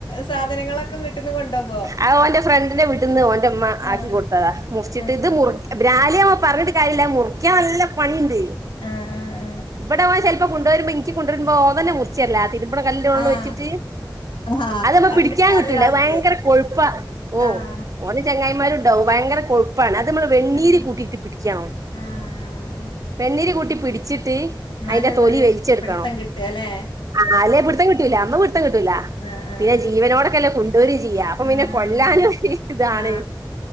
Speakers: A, on the left; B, on the right.
A: സാധനങ്ങളൊക്കെ വീട്ടിന്ന് കൊണ്ടോവോ
B: അ ഓൻ്റെഫ്രണ്ടിന്റെ വീട്ട്ന്ന് ഓന്റെമ്മ ആക്കിക്കൊട്ത്തതാ
A: ആഹ്
B: മുർച്ച്ട്ട്
A: ആഹ്
B: ഇത്
A: ആഹ്
B: മു ബ്രാല് പർഞ്ട്ട് കാര്യല്ല മുറിക്കാൻ നല്ല പണിണ്ട്
A: ആഹ് ആഹ്
B: വടെ വാ ചെൽ കുണ്ടോരുമ്പോ ഇൻചി കുണ്ടോര്മ്പോ ഓൻ തന്നെ മുർച്ചെര്ലാ തി ര്മ്പ്ണ കല്ല്ൻ്റെ മോള്ൽ
A: ആഹ് ആഹ്
B: വെച്ച്ട്ട്
A: ആഹ് ആഹ്
B: അതേപ്പോ
A: അതിനൊക്കെ
B: പിടിച്ചാൻ കിട്ടൂല
A: അറിയാം ആൾക്ക്
B: അത് ഭയങ്കര കൊഴ് പ്പാ ഓഹ്
A: ആഹ്
B: ഓന് ചെങ്ങായ് മ്മലുണ്ടാവും ഭയങ്കര കൊഴുപ്പാണ് അ ഇത്‌മ്മള് വെണ്ണീര്
A: ആഹ്
B: കൂട്ടീട്ട് പിടി ക്കണം
A: ആഹ്
B: വെണ്ണീര് കൂ ട്ടി പിടിച്ചി ട്ട്
A: എന്നാലുള്ളൊരു
B: അയ്ന്റെ തൊലി വെലിച്ചെട്ക്കണം
A: പിടുത്തം കിട്ടാല്ലേ
B: ആഹ് അല്ലേ പിട്ത്തം കിട്ടൂലാ അമ്മക്ക് പിട്ത്തം കിട്ടൂലാ
A: ആഹ് ആഹ്
B: പിന്നെ ജീവനോടെകെല്ലെ കുണ്ടാേരെം ചെയ്യാ അപ്പൊ
A: ആഹ്
B: പിന്നെ കൊല്ലാനും ഇ താണ്
A: ആഹ്